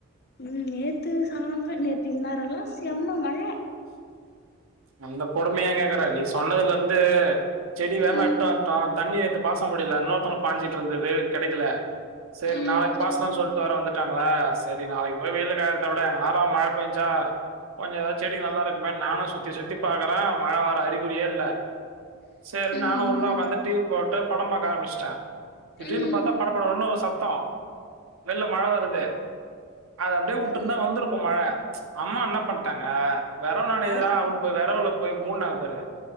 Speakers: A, on the left; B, on the right.
A: உம் நேத்து சாந்திரம் நேத்து இன்னேரம்ல்லாம் செம்ம மழ
B: அந்த கொடுமைய யா கேக்குற நீ சொன்னதுல இருந்து செடி வேமா
A: ம்
B: எட்டு வந்ட்டோம் தண்ணிர் ஏத்து பாச முடியல இன்னொருத்தவங்க பாஞ்சிட்டு இருந்தது கிடைக்கல செரி
A: ம்
B: நாளைக்கு பாச்லா சொல்லிட்டு வர வந்துட்டாங்களா செரி நாளைக்கு போய் வெயில்ல காயறத வுட எங்க நேரொ மழ பெஞ்சா கொஞ்சம் ஏதாவ்து செடிக்கு நல்லா இருக்குமேன் நானும் சுத்தி சுத்தி பாக்குறேன் மழ வர்ற அறிகுறியே இல்ல செரி
A: ம்
B: நானு உள்ள உக்காந்து டிவி போட்டு படம் ஆரம்புச்சுட்டேன் திடிர்னு
A: ம்
B: பாத்தா
A: ம்
B: படப்படனு ஒரு சத்தம் வெள்ள மழ வருது அது அப்டியே வுட்ருந்தா
A: ம்
B: வந்திருக்கும் மழ அம்மா என்ன பண்ணிட்டாங்க வெறவு நனையுதுடா
A: அடு
B: அப்டின் வெறவுல போய் மூடுனாங்க பாரு